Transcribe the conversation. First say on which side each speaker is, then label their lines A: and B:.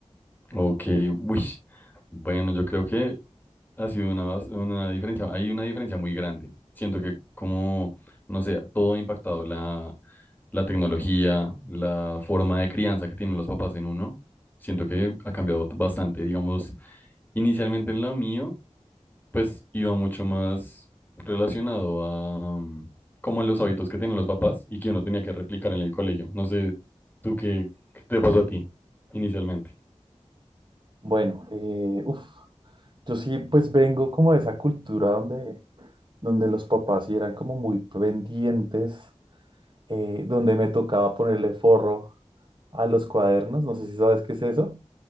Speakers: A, on the left; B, on the right.
A: Ok, uy, bueno, yo creo que ha sido una, bas- una diferencia, hay una diferencia muy grande. Siento que como, no sé, todo ha impactado la, la tecnología, la forma de crianza que tienen los papás en uno. Siento que ha cambiado bastante, digamos, inicialmente en lo mío, pues iba mucho más relacionado a mm, como los hábitos que tienen los papás y que uno tenía que replicar en el colegio. No sé, tú qué, qué te pasó a ti inicialmente.
B: Bueno, eh, uf, yo sí pues vengo como de esa cultura donde, donde los papás sí eran como muy pendientes, eh, donde me tocaba ponerle forro a los cuadernos, no sé si sabes qué es eso